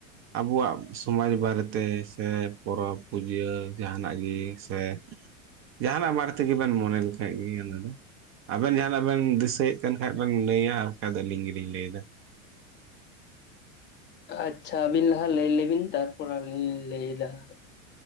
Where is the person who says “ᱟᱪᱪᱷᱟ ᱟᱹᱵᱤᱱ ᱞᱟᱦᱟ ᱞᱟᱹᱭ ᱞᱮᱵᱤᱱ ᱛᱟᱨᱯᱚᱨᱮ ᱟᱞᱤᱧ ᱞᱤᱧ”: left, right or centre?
Left